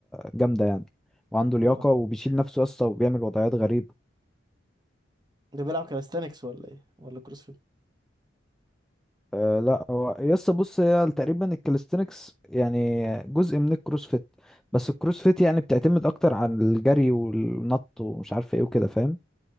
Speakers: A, in the centre; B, on the right.
A: جامدة يعني وعنده لياقة
B: اه
A: وبيشيل نفسه يا اسطى وبيعمل وضعيات غريبة
B: ده بيلعب كاليستانكس ولا ايه ولا كروسفيت
A: أه لا هو يا اسطى بص هي تقريبا الكاليستينكس يعني جزء من الكروسفيت بس الكروسفيت يعني بتعتمد أكتر عن الجري والنط ومش عارف ايه وكده فاهم